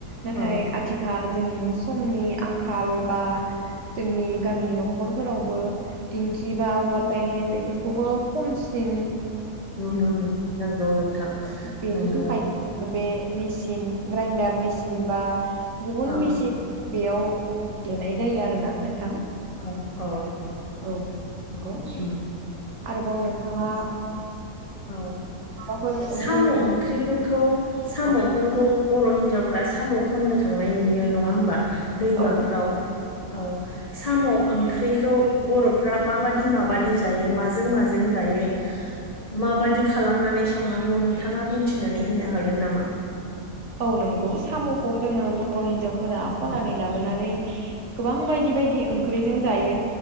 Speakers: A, on the right; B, on the left.
A: नाथाय
B: औ
A: आथिखाल जों समनि आंखाल बा जोंनि गामि न'खरफोरावबो दिंखि बा औवाल गायहेन बेफोरखौबो खमसिन
B: नुनो मोनो नंगौ नोंथां
A: बेनि
B: नोंगौ।
A: थाखाय बे मेचिन ग्राइडार मेचिन बा गुबुन
B: औ
A: मेचिन बेयाव गेनाय जायो आरो ना नोंथां
B: औ औ
A: औ नंगौ
B: उम
A: आरोबाव नोंथाङा
B: औ
A: माबाफोर
B: साम'
A: ओंख्रिनि
B: ओंख्रिफोरखौ साम'फोरखौ
A: औ
B: बर' हिनजावफ्रा साम' खननो थांनाय नुयो नङा होमबा दैमाफ्राव
A: औ
B: औ साम' ओंख्रिखौ बर'फ्रा माबादि माबादि जायो मा माजों माजों जायो। माबादि खालामनानै संनांगौ नोंथाङा बुंथिनानै होनो हागोन नामा?
A: औ नंगौ साम'खौ जोङो बर' हिनजावफोरा ख'नानै लाबोनानै गोबां बायदि बायदि ओंख्रिजों जायो।